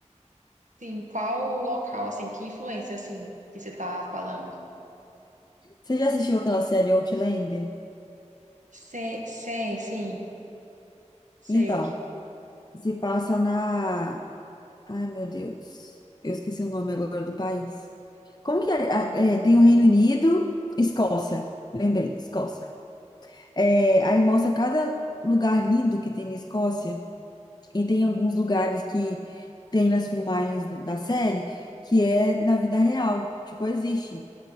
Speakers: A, on the right; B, on the left.
A: sim, qual local, assim, que influência, assim, que você tá falando?
B: Você já assistiu aquela série Outlander?
A: Sei, sei, sim, sei.
B: Então, se passa na Ai, meu Deus. Eu esqueci o nome agora do país. Como que é? Ah, é, tem o Reino Unido, Escócia. Lembrei, Escócia. É, aí mostra cada lugar lindo que tem na Escócia. E tem alguns lugares que tem nas filmagens d- da série que é na vida real. Tipo, existe.